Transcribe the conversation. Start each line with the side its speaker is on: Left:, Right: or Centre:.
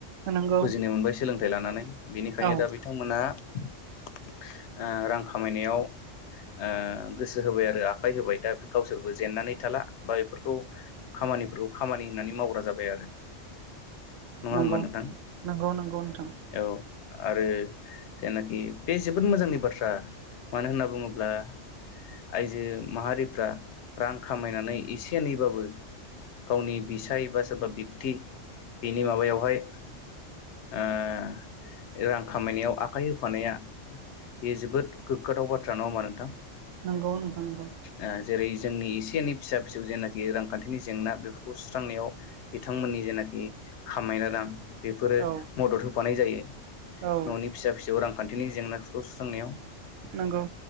Right: नंगौ
Left: बुजिनो मोनबाय सोलोंथाइ लानानै बेनिखायनो
Right: औ
Left: दा बे थांमोना ओ रां खामायनायाव ओ गोसो होबाय आरो आखाइ होबाय दा गावसोरबो जेननानै थाला बा बेफोरखौ खामानिफोरखौ खामानि होननानै मावग्रा जाबाय आरो नङा
Right: नंगौ
Left: होमबा नोंथां
Right: नंगौ नंगौ नोंथां
Left: औ आरो जायनाखि बे जोबोद मोजांनि बाथ्रा मानो होनना बुङो ल्बा आइजो माहारिफ्रा रां खामायनानै एसे एनैबाबो गावनि बिसाय बा सोरबा <unintelligible> बेनि माबायावहाय ओ रां खामायनायाव आखाइ होफानाया बेयो जोबोद गोग्गाथाव बाथ्रा नङा होमबा नोंथां
Right: नंगौ नोंथां नंगौ
Left: ओ जेरै जोंनि एसे एनै फिसा फिसौ जेनाखि रांखान्थिनि जेंना बेफोरखौ सुस्रांनायाव बिथांमोननि जेनाखि <unintelligible> रां बेफोरो
Right: औ
Left: मदद होफानाय जायो
Right: औ
Left: ननि फिसा फिसौ रांखान्थिनि जेंनाफोरखौ सुस्रांनायाव
Right: नंगौ